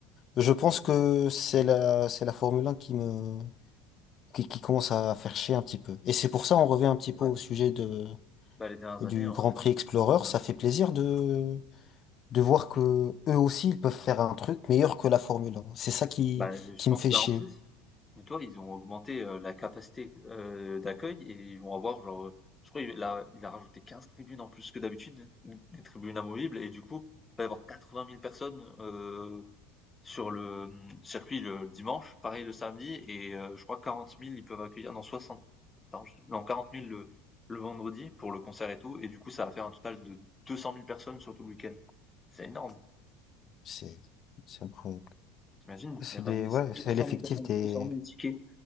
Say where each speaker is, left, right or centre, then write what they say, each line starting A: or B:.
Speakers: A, on the left (about 45°); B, on the left (about 20°).
A: Je pense que c'est la, c'est la Formule 1 qui me, qui, qui commence à faire chier un petit peu. Et c'est pour ça, on revient un petit peu
B: Ouais,
A: au sujet de,
B: bah, les dernières
A: du
B: années, en
A: Grand
B: effet,
A: Prix Explorer.
B: ouais.
A: Ça fait plaisir de, de voir que eux aussi, ils peuvent faire un truc meilleur que la Formule 1. C'est ça qui,
B: Bah, je
A: qui
B: pense,
A: me fait
B: bah,
A: chier.
B: en plus Dis-toi, ils ont augmenté euh, la capacité euh, d'accueil et ils vont avoir genre, euh, je crois il a, il a rajouté 15 tribunes en plus que d'habitude, des tribunes amovibles et du coup, il va y avoir 80 000 personnes euh, sur le euh, circuit le, dimanche, pareil le samedi et euh, je crois 40 000 ils peuvent accueillir, non 60, attends, je- non 40 000 le, le vendredi pour le concert et tout et du coup ça va faire un total de 200 000 personnes sur tout le week-end. C'est énorme,
A: C'est, c'est incroyable.
B: t'imagines,
A: C'est
B: ils réunissent
A: des, ouais, c'est
B: 200
A: l'effectif
B: 000 personnes,
A: des,
B: 200 000 tickets,